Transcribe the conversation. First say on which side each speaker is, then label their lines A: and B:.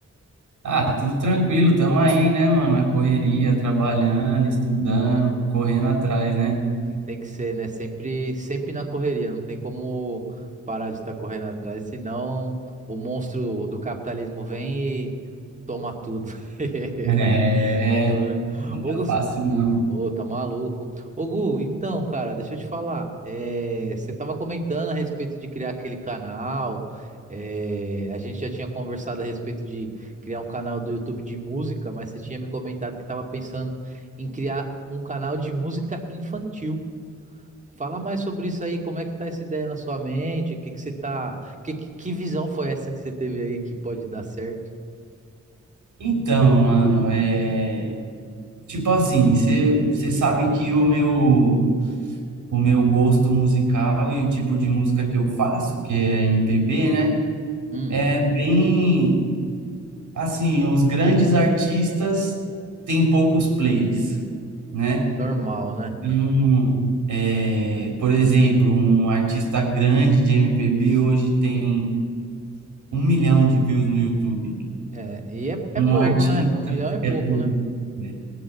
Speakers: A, on the right (about 75°); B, on the right (about 25°).
A: Ah, tudo tranquilo, tamo aí, né, mano? Na correria, trabalhando, estudando, correndo atrás, né?
B: É, Tem que ser, né? Sempre, sempre na correria. Não tem como parar de estar correndo atrás, senão o monstro do capitalismo vem e toma tudo.
A: <laughs> É,
B: <laughs> Não é?
A: não
B: Ô,
A: tá
B: Gus-
A: fácil, não.
B: Ô, tá maluco. Ô, Gu, então, cara, deixa eu te falar. É, você tava comentando a respeito de criar aquele canal. é, a gente já tinha conversado a respeito de criar um canal do YouTube de música, mas você tinha me comentado que tava pensando em criar um canal de música infantil. Fala mais sobre isso aí, como é que tá essa ideia na sua mente? O que que você tá. Que, que que visão foi essa que você teve aí que pode dar certo?
A: Então, mano, é. Tipo assim, você sabe que o meu, o meu gosto musical e o tipo de música que eu faço, que é MPB, né?
B: Hum,
A: É bem. Assim, os grandes artistas têm poucos plays, né?
B: normal, né?
A: Então, é, por exemplo, um artista grande de MPB hoje tem um milhão de views no YouTube.
B: É, e é, é
A: Um
B: pouco,
A: artista
B: né? Um milhão é pouco,
A: é pouco,
B: né?
A: né?